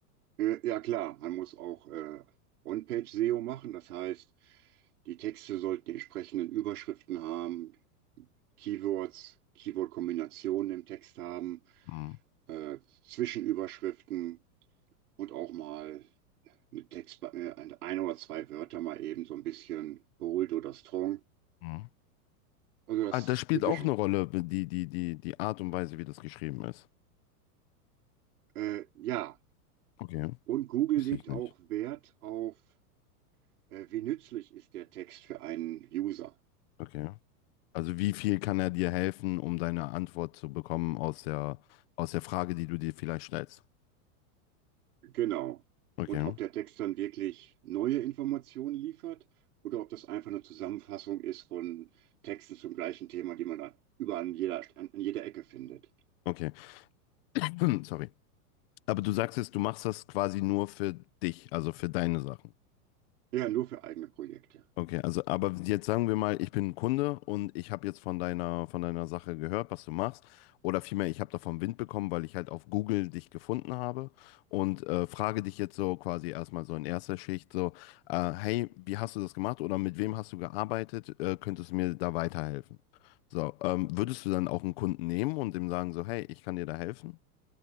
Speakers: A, on the right; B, on the left.
A: äh, ja klar, man muss auch äh, On-Page-SEO machen, das heißt, die Texte sollten die entsprechenden Überschriften haben, Keywords, Keyword-Kombinationen im Text haben,
B: Mhm.
A: äh, Zwischenüberschriften. und auch mal mit Text äh, ein ein oder zwei Wörter mal eben so ein bisschen bold oder strong.
B: Mhm.
A: Also das
B: Ah, das spielt
A: typische.
B: auch eine Rolle, die, die, die, die Art und Weise, wie das geschrieben ist.
A: Äh, ja,
B: Okay,
A: und Google
B: wusste
A: legt
B: ich nicht.
A: auch Wert auf, äh, wie nützlich ist der Text für einen User.
B: Okay. Also wie viel kann er dir helfen, um deine Antwort zu bekommen aus der, aus der Frage, die du dir vielleicht stellst?
A: Genau.
B: Okay.
A: Und ob der Text dann wirklich neue Informationen liefert oder ob das einfach eine Zusammenfassung ist von Texten zum gleichen Thema, die man dann überall an jeder, an, an jeder Ecke findet.
B: <clears throat> Okay. Hm, Sorry. Aber du sagst jetzt, du machst das quasi nur für dich, also für deine Sachen.
A: Ja, nur für eigene Projekte.
B: Okay, also aber jetzt sagen wir mal, ich bin ein Kunde und ich habe jetzt von deiner, von deiner Sache gehört, was du machst. Oder vielmehr, ich habe davon Wind bekommen, weil ich halt auf Google dich gefunden habe und äh, frage dich jetzt so quasi erstmal so in erster Schicht so, äh, hey, wie hast du das gemacht oder mit wem hast du gearbeitet? Äh, könntest du mir da weiterhelfen? So, ähm, würdest du dann auch einen Kunden nehmen und dem sagen so, hey, ich kann dir da helfen?